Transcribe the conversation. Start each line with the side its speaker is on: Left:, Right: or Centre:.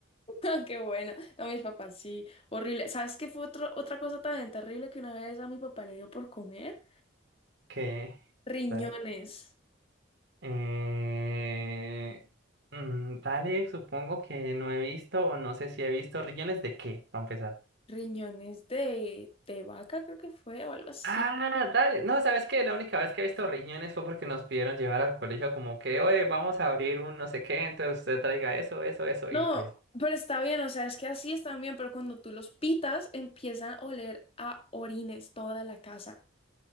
Left: <laughs> Qué buena. No, mis papás, sí, horrible. ¿Sabes qué fue otro- otra cosa tan terrible que una vez a mi papá le dio por comer?
Right: que,
Left: Riñones,
Right: dale. Eh, mm, Dalek, supongo que no he visto o no sé si he visto riñones de qué, para empezar.
Left: riñones de, de vaca creo que fue o algo así.
Right: Ah, dale. No, ¿sabes qué? La única vez que he visto riñones fue porque nos pidieron llevar al colegio como que, oye, vamos a abrir un no sé qué, entonces usted traiga eso, eso, eso.
Left: No,
Right: Y pues,
Left: pero está bien, o sea, es que así están bien, pero cuando tú los pitas empiezan a oler a orines toda la casa.